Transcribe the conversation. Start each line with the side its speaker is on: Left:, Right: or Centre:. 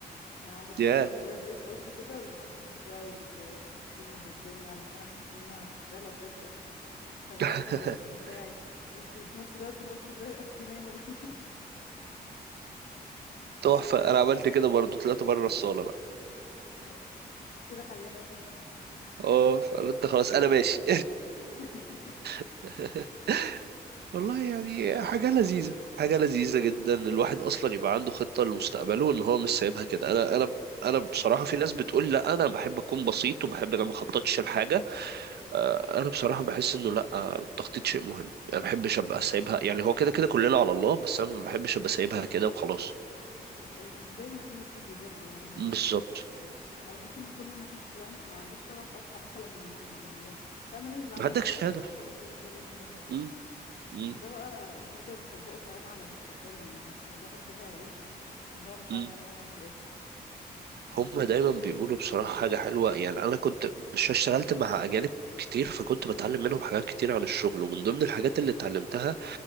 Left: يعني عامله كورنر
Right: ياه
Left: صغير قوي في اوضتي كده والمكتب بتاعي بالسكرينز والدنيا علشان احس ان انا شغاله بجد <laughs> شغاله
Right: <laughs>
Left: في الاوفيس بتاعي بس في نفس الوقت الاوفيس ده اختي نايمه جنبي
Right: تحفه انا عملت كده برضو طلعت بره الصاله
Left: <laughs> ايوه كده حلينا المشكله
Right: اه فقلت خلاص انا ماشي
Left: <laughs>
Right: <laughs> والله يعني حاجة لذيذة حاجة لذيذة جدا إن الواحد أصلا يبقى عنده خطة لمستقبله وإن هو مش سايبها كده
Left: امم
Right: أنا أنا أنا بصراحة في ناس بتقول لا أنا بحب أكون بسيط وبحب أنا ما أخططش لحاجة آه، أنا بصراحة بحس إنه لا آه، التخطيط شيء مهم يعني ما بحبش أبقى
Left: ده حقيقي.
Right: سايبها يعني هو كده كده كلنا على الله بس أنا ما بحبش أبقى سايبها
Left: ايوه
Right: كده وخلاص
Left: مش زي ما تيجي تيجي برضو يعني
Right: بالظبط
Left: هو لازم يبقى فيه بلان انا بحس ان طول ما ما فيش بلان انا ما عنديش شغف اصحى مثلا من النوم اليوم لا انا لازم يبقى عندي
Right: ما عندكش
Left: بلان
Right: هدف
Left: هعمل كذا كذا كذا النهارده
Right: م- م-
Left: فده بقى نقدر نطبقه كمان على مستقبلنا يعني اصل الواحد ده هيعيش وهو مش
Right: م.
Left: عارف هو هيعمل ايه
Right: هم دايما بيقولوا بصراحة حاجة حلوة يعني أنا كنت ش- اشتغلت مع أجانب كتير فكنت بتعلم منهم حاجات كتير عن الشغل ومن ضمن الحاجات اللي اتعلمتها